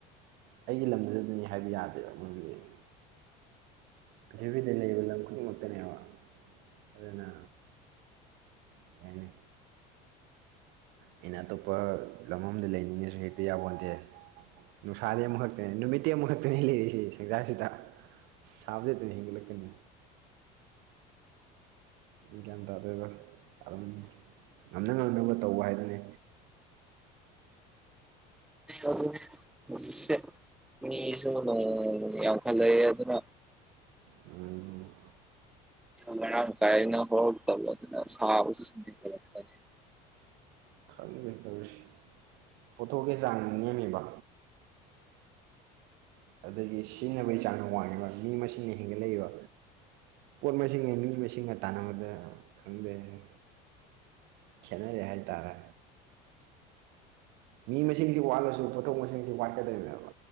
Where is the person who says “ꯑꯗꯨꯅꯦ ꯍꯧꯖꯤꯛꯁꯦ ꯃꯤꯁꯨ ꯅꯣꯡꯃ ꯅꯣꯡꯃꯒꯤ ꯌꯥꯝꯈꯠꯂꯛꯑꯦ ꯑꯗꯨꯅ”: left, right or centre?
Centre